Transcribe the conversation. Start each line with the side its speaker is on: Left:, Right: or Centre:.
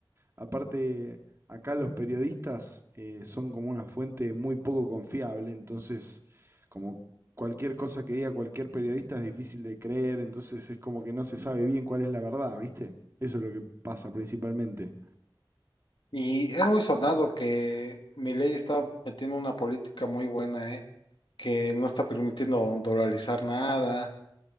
Right: Aparte, acá los periodistas eh, son como una fuente muy poco confiable, entonces como cualquier cosa que diga cualquier periodista es difícil de creer, entonces es como que no se sabe bien cuál es la verdad, ¿viste? Eso es lo que pasa principalmente.
Left: Y es muy sonado que Milei está metiendo una política muy buena, ¿eh? Que no está permitiendo dolarizar nada